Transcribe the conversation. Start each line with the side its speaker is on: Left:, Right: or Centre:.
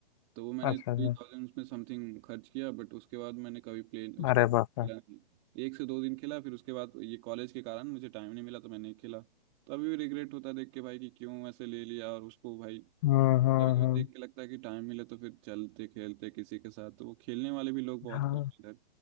Right: तो वो मैंने
Left: अच्छा
Right: थ्री
Left: अच्छा
Right: थाउजेंड उसमें समथिंग खर्च किया बट उसके बाद मैंने कभी प्ले उसको
Left: अरे
Right: खेला
Left: बाप रे
Right: नहीं एक से दो दिन खेला फिर उसके बाद ये कॉलेज के कारण मुझे टाइम नहीं मिला तो मैंने नहीं खेला तो अभी भी रिग्रेट होता है देख के भाई कि क्यों ऐसे ले लिया और उसको भाई
Left: हम्म हम्म
Right: कभी कभी
Left: हम्म
Right: देख के लगता है कि टाइम मिले तो फिर चलते खेलते किसी के साथ तो वो खेलने वाले भी लोग बहुत
Left: हाँ
Right: कम हैं इधर